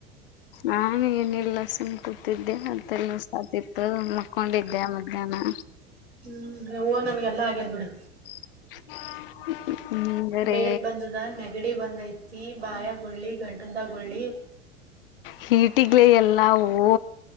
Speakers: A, on the left (about 60°); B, on the right (about 80°).
A: ನಾನು ಏನಲ್ಲ ಸುಮ್ ಕೂತಿದ್ದೆ ಮತ್ತೆಲ್ಲ ಸಾತಿತ್ತು ಮಕ್ಕೊಂಡಿದ್ದೆ ಮಧ್ಯಾಹ್ನ.
B: ಹ್ಮ್ <unintelligible> ನನ್ಗೆ ಎಲ್ಲಾ ಹಾಗೇದ್ ಬಿಡು.
A: <inaudible> ಹ್ಮ್ ಬೇರೆ
B: ಡೇಟ್ ಬಂದದ ನೆಗೆಡಿ ಬಂದೈತಿ ಬಾಯಾಗ ಗುಳ್ಳಿ ಗಂಟದ ಗುಳ್ಳಿ.
A: ಹೀಟಿಗ್ ಎಲ್ಲಾ ಅವು.